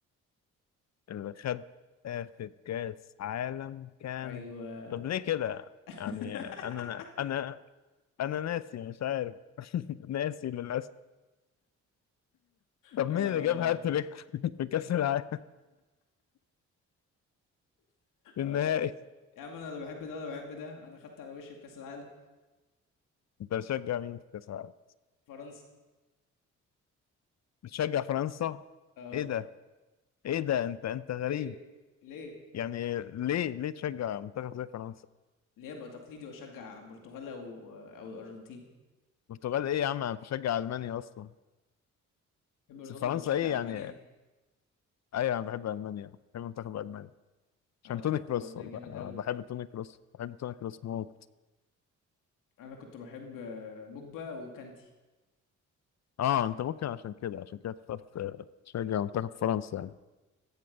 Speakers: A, on the left; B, on the left.
A: اللي خد اخر كاس عالم كان
B: أيوه
A: طب ليه كده
B: <laughs>
A: يعني انا انا انا ناسي مش عارف <laughs> ناسي للاسف طب
B: آه...
A: مين اللي جاب هاتريك <laughs> في كاس العالم في النهائي
B: آه... يا عم أنا لا بحب ده ولا بحب ده أنا خدت على وشي في كأس العالم
A: انت بتشجع مين في كاس العالم
B: فرنسا
A: بتشجع فرنسا
B: أه
A: ايه ده ايه ده انت انت غريب
B: إيه ليه؟
A: يعني ليه ليه تشجع منتخب زي فرنسا
B: ليه أبقى تقليدي وأشجع برتغال أو آه، أو الأرجنتين؟
A: البرتغال ايه يا عم انا بشجع المانيا اصلا
B: بتحب رونالدو
A: بس فرنسا
B: بتشجع
A: ايه يعني
B: ألمانيا
A: ايوه انا بحب المانيا بحب منتخب المانيا عشان
B: اه المنتخب
A: توني كروس
B: الألماني
A: والله
B: جامد
A: انا
B: قوي
A: بحب توني كروس بحب توني كروس موت
B: أنا كنت بحب آه، بوجبا وكانتي
A: اه انت ممكن عشان كده عشان كده اخترت آه، تشجع منتخب فرنسا يعني